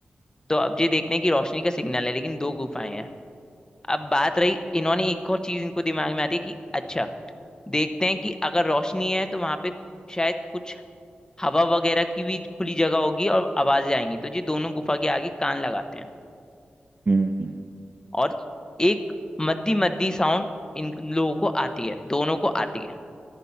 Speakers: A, on the left (about 20°); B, on the right (about 35°).
A: तो अब ये देखते हैं कि रोशनी का सिग्नल है लेकिन दो गुफाएं हैं अब बात रही इन्होंने एक और चीज इनको दिमाग में आती है कि अच्छा देखते हैं कि अगर रोशनी है तो वहां पे शायद कुछ हवा वगैरह की भी खुली जगह होगी और आवाजें आएंगी तो ये दोनों गुफा के आगे कान लगाते हैं
B: हम्म, हम्म। हम्म
A: और एक मद्दी मद्दी साउंड इन लोगों को आती है दोनों को आती है